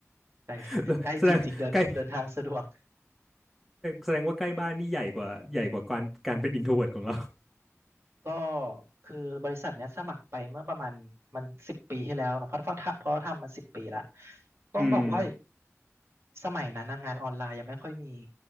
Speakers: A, on the right; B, in the centre.
A: ใกล้บ้านใกล้จริงๆเดินเดินทางสะดวก
B: <laughs> แสดงใกล้แสดงว่าใกล้บ้านนี่ใหญ่กว่าใหญ่กว่าการการเป็น introvert ของเรา
A: ก็คือบริษัทเนี้ยสมัครไปเมื่อประมาณมันสิบปีที่แล้วเนอะเพราะเพราะทำเพราะทำมันสิบปีละ
B: <laughs>
A: ต้องบอกว่า
B: อืม
A: สมัยนั้นนะงานออนไลน์ยังไม่ค่อยมี